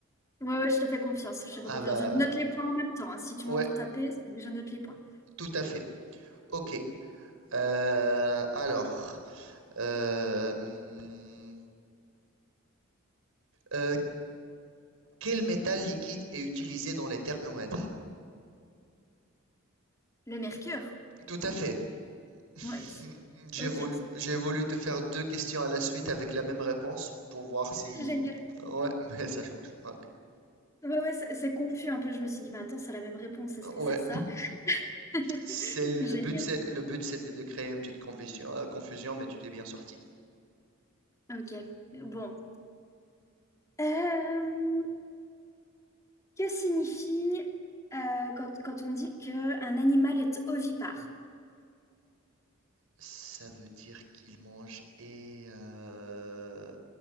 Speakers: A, on the left (about 15°); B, on the right (about 85°).
A: Ouais, ouais, je te fais confiance. Je te fais
B: Ah
A: confiance.
B: bah,
A: Je note les points en même temps. hein. Si tu
B: ouais,
A: m'entends taper, c'est que je note les points.
B: tout à fait. Ok. Euh, alors, euh, hmm, euh, quel métal liquide est utilisé dans les thermomètres?
A: Le Mercure?
B: Tout à fait. <laughs>
A: Oui.
B: J'ai
A: Ok.
B: voulu, j'ai voulu te faire deux questions à la suite avec la même réponse pour voir si...
A: Génial.
B: Ouais, <laughs> mais ça change. Ok.
A: Ouais, ouais, c'est c'est confus un peu. Je me suis dit, mais attends, c'est la même réponse, est-ce que
B: Ouais,
A: c'est ça? <laughs>
B: c'est le
A: Génial.
B: but, c'est le but, c'était de créer une petite confusion, euh, confusion, mais tu t'es bien sorti.
A: Ok, bon. Euh, que signifie euh, quand, quand on dit qu'un animal est ovipare?
B: Ça veut dire qu'ils mangent et euh,